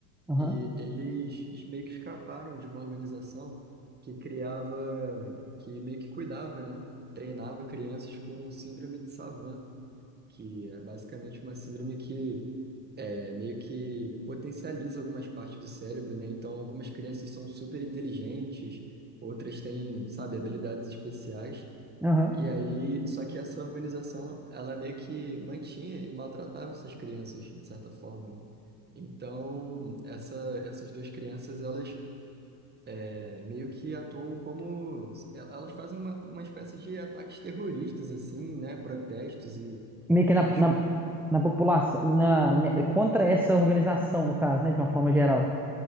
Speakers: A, in the centre; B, on the right.
A: Aham,
B: E eles meio que escaparam de uma organização que criava, que meio que cuidava, né? Treinava crianças com síndrome de Savant que é basicamente uma síndrome que é, meio que potencializa algumas partes do cérebro, né? Então, algumas crianças são super inteligentes, outras têm, sabe, habilidades especiais.
A: aham.
B: E aí, só que essa organização, ela meio que mantinha e maltratava essas crianças, de certa forma, né? Então, essa, essas duas crianças, elas é, meio que atuam como... é, Elas fazem uma, uma espécie de ataques terroristas, assim, né? Protestos e
A: Meio que na,
B: e eu acho
A: na,
B: muito
A: na população, na, né, contra essa organização, no caso, né, de uma forma geral.